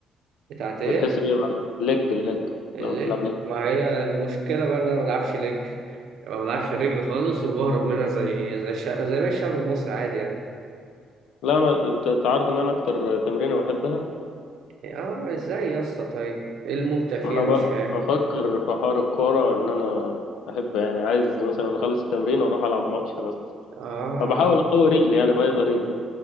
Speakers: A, on the right (about 60°); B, on the left (about 80°).
A: بتاعت ايه
B: بتحس بإيه بعد اللج اللج
A: الليج
B: لو بتلعب
A: ما هي المشكلة بقى إن أنا ما بلعبش ليج ما بلعبش رجل خالص وبهرب منها زي زي الشعب زي باقي الشعب المصري عادي يعني
B: لا أنا أنت أنت عارف إن أنا أكتر تمرينة بحبها
A: آه إزاي يا اسطى طيب إيه الممتع فيها
B: ما أنا ب...
A: مش فاهم
B: بفكر في حوار الكورة إن أنا أحب يعني عايز مثلا أخلص التمرين وأروح ألعب ماتش مثلا
A: آه
B: فبحاول أقوي رجلي يعني بأي طريقة